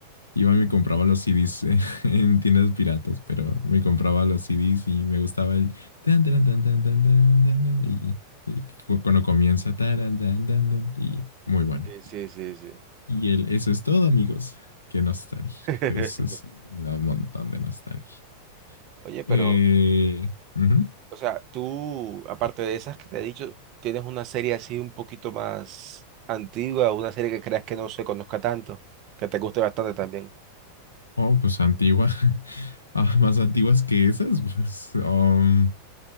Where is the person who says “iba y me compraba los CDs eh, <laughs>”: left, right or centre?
Left